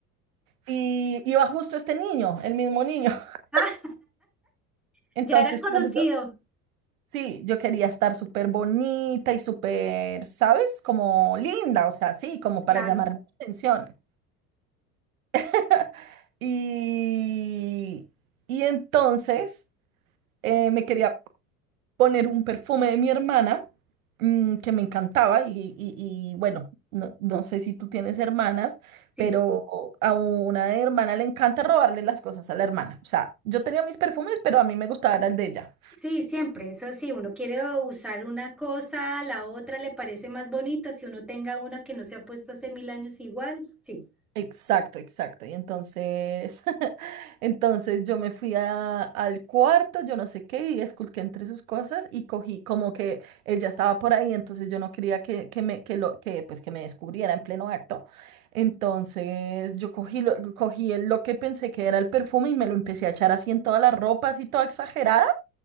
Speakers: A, on the right (about 65°); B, in the centre.
A: Y iba justo este niño, el mismo niño. <laughs>
B: Ah, <laughs>
A: Entonces,
B: ya era conocido,
A: claro, yo, sí, yo quería estar súper bonita y súper, ¿sabes? Como linda, o sea, sí, como
B: claro.
A: para llamar la atención. <laughs> Y, y entonces eh, me quería poner un perfume de mi hermana mm, que me encantaba y, y- y, bueno, no, no sé si tú tienes hermanas,
B: Sí,
A: pero a una hermana le encanta robarle las cosas a la hermana. O sea, yo tenía mis perfumes, pero a mí me gustaba era el de ella.
B: sí, siempre. Eso sí, uno quiere usar una cosa, la otra le parece más bonita. Si uno tenga una que no se ha puesto hace mil años igual, sí.
A: Exacto, exacto. Y entonces, <laughs> entonces yo me fui a- al cuarto, yo no sé qué, y esculqué entre sus cosas y cogí como que ella estaba por ahí, entonces yo no quería que, que me, que lo, que, pues, que me descubriera en pleno acto. Entonces yo cogí lo, cogí el- lo que pensé que era el perfume y me lo empecé a echar así en toda la ropa, así toda exagerada.